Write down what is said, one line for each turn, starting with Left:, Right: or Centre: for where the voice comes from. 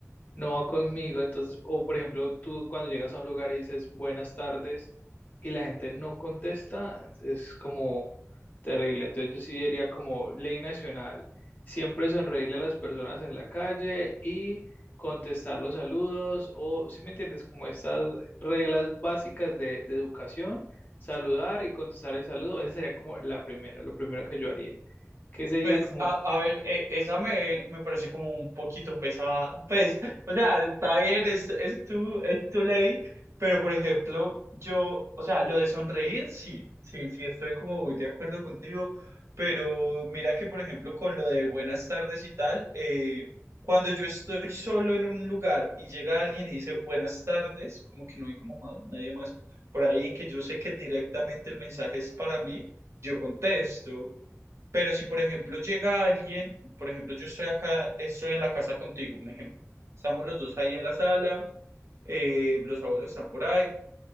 Left: no va conmigo. Entonces, o por ejemplo, tú cuando llegas a un lugar y dices buenas tardes y la gente no contesta, es como terrible. Entonces yo sí diría como ley nacional, siempre sonreírle a las personas en la calle y contestar los saludos o, si me entiendes, como estas reglas básicas de, de educación, saludar y contestar el saludo, esa sería como la primera, lo primero que yo haría. ¿Qué sería
Right: Pues,
Left: como
Right: a, a ver, e- esa me, me parece como un poquito pesada. Pues, o sea, está bien, es, es tu, es tu ley, pero por ejemplo, yo, o sea, lo de sonreír, sí, sí, sí, estoy como muy de acuerdo contigo, pero mira que, por ejemplo, con lo de buenas tardes y tal, eh, cuando yo estoy solo en un lugar y llega alguien y dice buenas tardes, como que no hay como más- nadie más por ahí, que yo sé que directamente el mensaje es para mí, yo contesto. Pero si, por ejemplo, llega alguien, por ejemplo, yo estoy acá, estoy en la casa contigo, un ejemplo. Estamos los dos ahí en la sala, eh, los abuelos están por ahí,